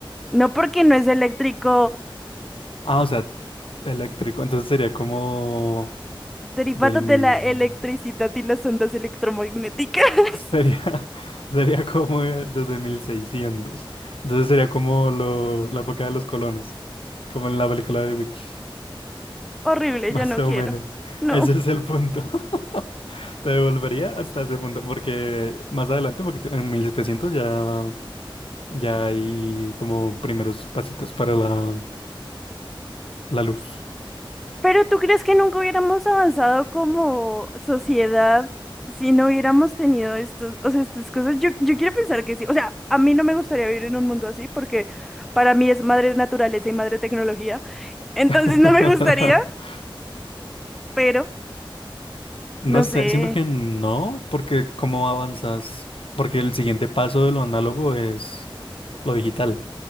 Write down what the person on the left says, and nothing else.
Ah, o sea, eléctrico. Entonces sería como
del
mil...
Sería, <laughs> sería como eh, desde mil seiscientos Entonces sería como lo, la época de los colonos, como en la película de The Witch.
Más
o
menos.
Ese es el punto. <laughs> Te devolvería hasta ese punto, porque más adelante, porque te- en 1700 ya, ya hay como primeros pasitos para la, la luz.
<laughs>
No
sé, siento que no, porque cómo avanzas, porque el siguiente paso de lo análogo es lo digital